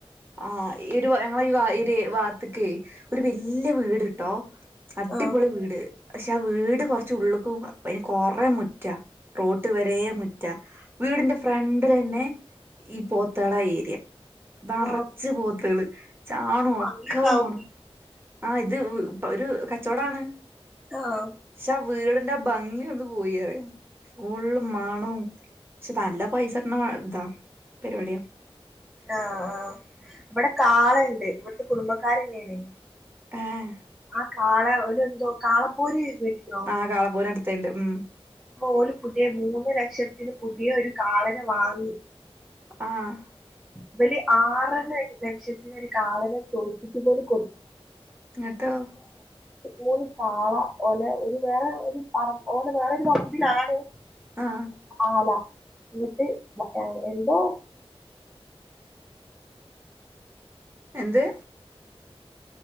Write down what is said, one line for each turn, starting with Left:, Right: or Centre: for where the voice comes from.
Right: ആഹ് ഈ ഒരു ഞങ്ങളേ ഈ ഭാഗത്ത്‌ക്കേ ഒരു വല്ല്യ വീട് ട്ടോ അടിപൊളി
Centre: ആഹ്
Right: വീട് പക്ഷെ ആ വീട് കൊറച്ച് ഉള്ള്ക്കു അതിന് കൊറേ മുറ്റാ റോട്ട് വരെ മുറ്റ വീടിന്റെ ഫ്രഡ്‌ലെന്നെ ഈ പോത്തള ഏരിയ നറച്ച്
Centre: ആഹ്
Right: പോത്തള് ചാണും ഒക്കെ
Centre: അങ്ങണ്ടാവും
Right: മണം ആ ഇത് ഒരു കച്ചവടാണ്
Centre: ആഹ്
Right: പക്ഷെ ആ വീടിന്റെ ആ ഭംഗിയ ഒന്ന് പോയിറിയ ഫുള്ള് മണും പക്ഷെ നല്ല പൈസ കിട്ടണ ഇതാ പരിവാടിയാ
Centre: ആഹ് ആഹ് ഇവിടെ കാളണ്ട് ഇവിടത്തെ കുടുംബക്കാരന്നെണ്
Right: ഏഹ്
Centre: ആ കാള ഒര് എന്തോ കാള പോരി കേട്ടിക്കോ
Right: ആ കാള പോര് കണ്ട്ട്ട്ണ്ട് ഉം
Centre: ഓൽ പുതിയ മൂന്ന് ലക്ഷത്തിന് പുതിയ ഒരു കാളനേ വാങ്ങി
Right: ആഹ്
Centre: ഇവര് ആറര ലക്ഷത്തിനൊരു കാളനെ ചോദിച്ചിട്ട് പോലും കൊ
Right: ഇങ്ങട്ടോ
Centre: മൂന്ന് കാള ഓലെ ഒരു വേറെ ഒരു പറമ്പ ഓലെ വേറെരു പമ്പിലാണ്
Right: ആ
Centre: ആല എന്നിട്ട് എന്തോ
Right: എന്ത്